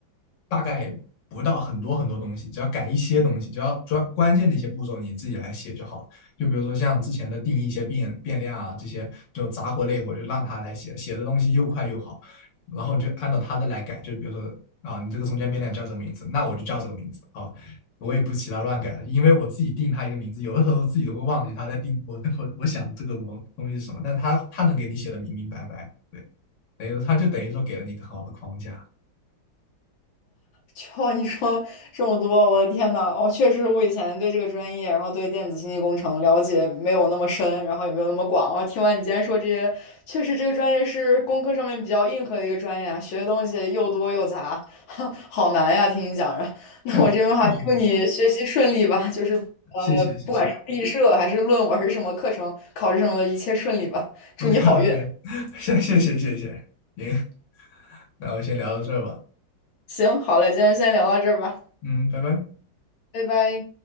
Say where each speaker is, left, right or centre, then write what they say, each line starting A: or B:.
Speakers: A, on the left (about 70°); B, on the left (about 85°).
A: 大概不到很多很多东西，只要改一些东西，只要专关键的一些步骤你自己来写就好了。就比如说像之前的定义一些变变量啊，这些就杂活累活就让他来写，写的东西又快又好，然后你就按照他的来改，就比如说。啊，你这个中间变量叫什么名字？那我就叫这个名字。好，我也不其他乱改了，因为我自己定他一个名字，有的时候自己都会忘记他在定我我我想的这个模东西是什么，但他他能给你写的明明白白的，对，等于说他就等于说给了你一个很好的框架，
B: 就 <laughs> 你说这么多，我的天呐，我确实我以前对这个专业，然后对电子信息工程了解没有那么深，然后也没有那么广。我听完你今天说这些，确实这个专业是工科上面比较硬核的一个专业啊，学的东西又多又杂，<laughs> 好难呀！听你讲着，<laughs> 那我这边的话，
A: 确实确实，
B: 祝你学习顺利吧，就是呃，
A: 谢谢谢谢
B: 不管是毕设还是论文儿什么课程、考试什么的，一切顺利吧，祝你好运。
A: ，OK OK，<laughs> 谢谢谢谢谢谢，行，那我先聊到这儿吧，
B: 行，好嘞，今天先聊到这儿吧，
A: 嗯，拜拜。
B: 拜拜。